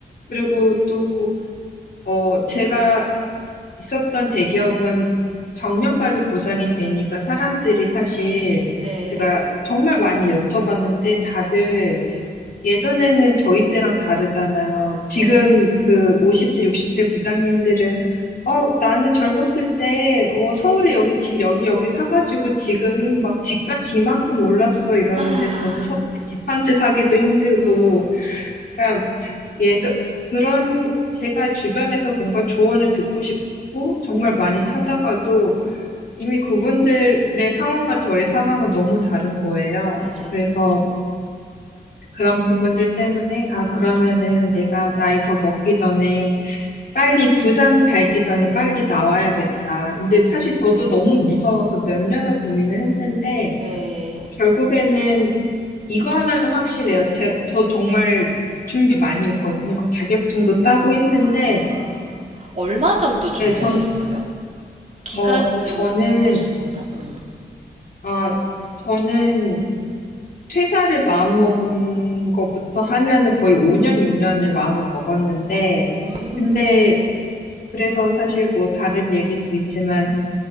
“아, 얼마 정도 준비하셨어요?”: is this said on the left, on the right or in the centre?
Right